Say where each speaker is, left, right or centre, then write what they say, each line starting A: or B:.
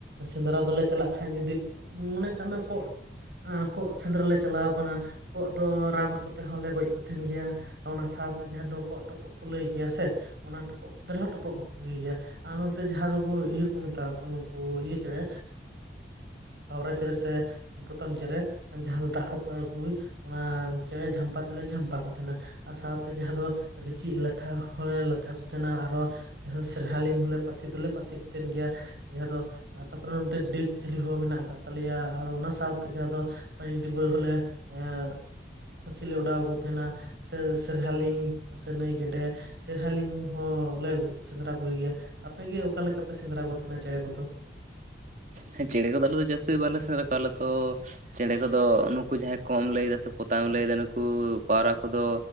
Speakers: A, on the right (about 65°); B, on the right (about 45°).
A: ᱥᱮᱸᱫᱽᱨᱟ ᱫᱚᱞᱮ ᱪᱟᱞᱟᱜ ᱠᱷᱟᱱ ᱡᱩᱫᱤ ᱢᱚᱱᱮ ᱠᱟᱜ ᱢᱮ ᱠᱚᱸᱜ ᱟᱸ ᱠᱚᱸᱜ ᱥᱮᱸᱫᱽᱨᱟ ᱞᱮ ᱪᱟᱞᱟᱣ ᱠᱟᱱᱟ ᱠᱚᱸᱜ ᱫᱚ ᱨᱟᱱ ᱠᱚᱛᱮ ᱦᱚᱸᱞᱮ ᱜᱚᱡ ᱠᱚ ᱛᱟᱦᱮᱸᱱ ᱜᱮᱭᱟ, ᱚᱱᱟ ᱥᱟᱶᱛᱮ ᱡᱟᱦᱟᱸ ᱫᱚ ᱠᱚᱜ ᱴᱚᱯᱚᱜ ᱠᱚ ᱞᱟᱹᱭ ᱜᱮᱭᱟ ᱥᱮ᱾ ᱚᱱᱟ ᱴᱚᱯᱚᱜ ᱠᱚᱫᱟᱞᱮ ᱦᱚᱸ ᱴᱚᱯᱚᱜᱩᱭ ᱜᱮᱭᱟ ᱟᱨ ᱱᱚᱱ ᱛᱮ ᱡᱟᱦᱟᱸ ᱫᱚᱠᱚ ᱤᱭᱟᱹ ᱠᱚ ᱢᱮᱛᱟ ᱠᱚ ᱱᱩᱝᱠᱩ ᱤᱭᱟᱹ ᱪᱮᱬᱮ ᱯᱟᱣᱨᱟ ᱪᱮᱬᱮ ᱥᱮ ᱯᱚᱛᱟᱢ ᱪᱮᱬᱮ ᱡᱟᱦᱟᱸ ᱫᱚ ᱫᱟᱜ ᱨᱮᱠᱚ ᱟᱹᱜᱩᱭ ᱚᱱᱟ ᱪᱮᱬᱮ ᱡᱷᱟᱢᱯᱟ ᱛᱮᱞᱮ ᱡᱷᱟᱯᱟ ᱠᱚ ᱛᱟᱦᱮᱸᱱᱟ᱾ ᱟᱨ ᱥᱟᱶᱛᱮ ᱡᱟᱦᱟᱸ ᱫᱚ ᱨᱤᱪᱤ ᱞᱟᱴᱷᱟ ᱦᱚᱸᱞᱮ ᱞᱟᱴᱷᱟ ᱠᱚ ᱛᱟᱦᱮᱸᱱᱟ, ᱟᱨᱚ ᱡᱟᱦᱟᱸ ᱫᱚ ᱥᱮᱨᱦ ᱞᱤᱝ ᱦᱚᱸᱞᱮ ᱯᱟᱹᱥᱤ ᱫᱚᱞᱮ ᱯᱟᱹᱥᱤ ᱠᱚ ᱛᱮᱦᱮᱸᱱ ᱜᱮᱭᱟ, ᱡᱟᱦᱟᱸ ᱫᱚ ᱟ ᱛᱟᱯᱚᱨᱮ ᱱᱚᱛ ᱰᱮᱜᱽ ᱡᱷᱟᱹᱞᱤ ᱦᱚᱸ ᱢᱮᱱᱟᱜ ᱠᱟᱜ ᱛᱟᱞᱮᱭᱟ ᱟᱨ ᱚᱱᱟ ᱥᱟᱶᱛᱮ ᱡᱟᱦᱟᱸ ᱫᱚ ᱯᱟᱸᱭᱤ ᱵᱤᱵᱟᱹ ᱦᱚᱞᱮ ᱮᱸᱜ ᱯᱷᱟᱹᱥᱤ ᱞᱮ ᱚᱰᱟᱣ ᱠᱚ ᱛᱟᱦᱮᱸᱱᱟ ᱥᱮ ᱥᱮᱨᱦᱟᱞᱤᱝ ᱥᱮ ᱱᱟᱹᱭ ᱜᱮᱰᱮ ᱥᱮᱨᱦᱟᱞᱤᱝ ᱦᱚᱸᱞᱮ ᱥᱮᱸᱫᱽᱨᱟ ᱠᱚᱜ ᱜᱮᱭᱟ, ᱟᱯᱮᱜᱮ ᱚᱠᱟᱮ ᱞᱮᱠᱟᱯᱮ ᱥᱮᱸᱫᱽᱨᱟ ᱠᱚ ᱛᱟᱦᱮᱸᱱᱟ ᱪᱮᱬᱮ ᱠᱚᱫᱚ?
B: ᱦᱮᱸ ᱪᱮᱬᱮ ᱠᱚ ᱟᱞᱮ ᱫᱚ ᱡᱟᱹᱥᱛᱤ ᱫᱚ ᱵᱟᱞᱮ ᱥᱮᱸᱫᱽᱨᱟ ᱠᱚᱣᱟ ᱟᱞᱮ ᱫᱚ ᱪᱮᱬᱮ ᱠᱚᱫᱚ ᱱᱩᱠᱩ ᱡᱟᱦᱟᱸᱭ ᱠᱚᱜ ᱮᱢ ᱞᱟᱹᱭᱫᱟ ᱥᱮ ᱯᱚᱛ ᱮᱢ ᱞᱟᱹᱭᱫᱟ ᱱᱩᱠᱩ ᱯᱟᱣᱨᱟ ᱠᱚᱫᱚ